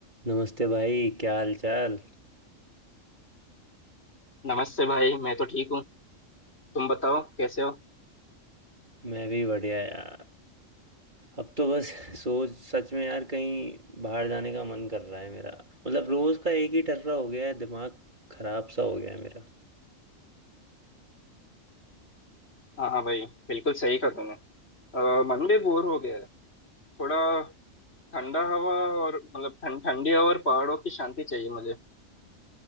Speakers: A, on the right; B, on the left.
A: नमस्ते भाई क्या हाल चाल
B: नमस्ते भाई मैं तो ठीक हूँ तुम बताओ कैसे हो
A: मैं भी बढ़िया यार अब तो बस सोच सच में यार कहीं बाहर जाने का मन कर रहा है मेरा मतलब रोज का एक ही टर्रा हो गया है दिमाग खराब सा हो गया है मेरा
B: हाँ हाँ भाई बिल्कुल सही कहा तुमने अ, मन भी बोर हो गया है थोड़ा ठंडा हवा और मतलब ठंड ठंडी हवा और पहाड़ों की शांति चाहिए मुझे